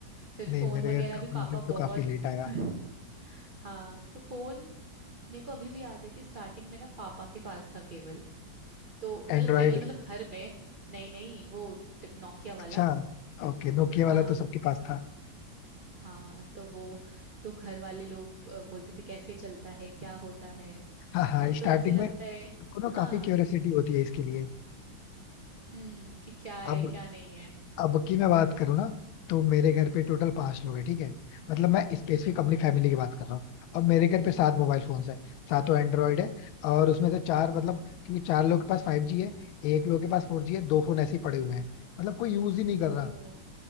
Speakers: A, on the right; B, on the left.
A: फिर
B: नहीं
A: फोन
B: मेरे
A: वगैरह
B: घर कंप्यूटर
A: भी पापा
B: तो
A: बहुत
B: काफी लेट आया
A: <laughs> हाँ तो फोन मेरे को अभी भी याद है कि स्टार्टिंग में ना पापा के पास था केवल तो मतलब
B: एंड्रॉइड
A: केवल मतलब घर में नहीं नहीं वो नोकिया वाला
B: अच्छा ओके नोकिया वाला
A: हाँ
B: तो सबके पास था
A: हाँ तो वो तो घर वाले लोग अ, बोलते थे कैसे चलता है क्या होता है
B: हाँ हाँ
A: अब
B: स्टार्टिंग
A: तो ऐसे लगता
B: में सबको
A: है
B: ना
A: हाँ
B: काफी क्यूरियोसिटी होती है इसके लिए
A: हम्म कि क्या है
B: अब
A: क्या नहीं है
B: अब की मैं बात करूँ ना तो मेरे घर पे टोटल पांच लोग हैं ठीक है मतलब मैं स्पेसिफिक अपनी फैमिली की बात कर रहा हूँ और मेरे घर पे
A: हम्म
B: सात
A: हम्म,
B: मोबाइल फोन्स है सातों एंड्रॉइड है और उसमें से चार मतलब क्योंकि चार लोग के पास फाइव जी है एक लोग के पास फोर जी है दो फोन ऐसे ही पड़े हुए हैं मतलब कोई यूज ही नहीं कर
A: ओह
B: रहा